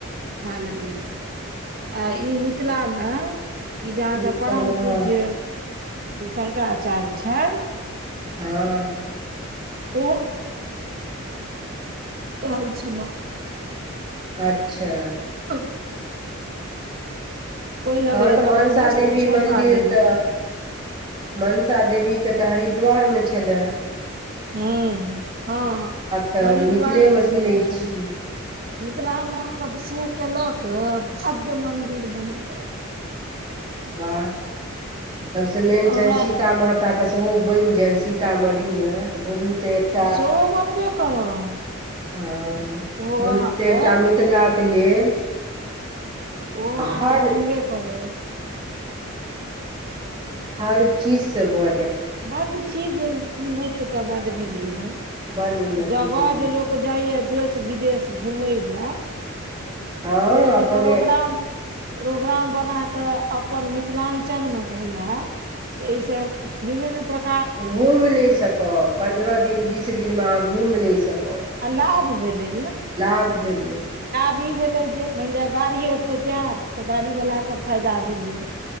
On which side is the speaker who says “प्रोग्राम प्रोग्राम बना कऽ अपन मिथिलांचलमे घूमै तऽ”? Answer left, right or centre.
Right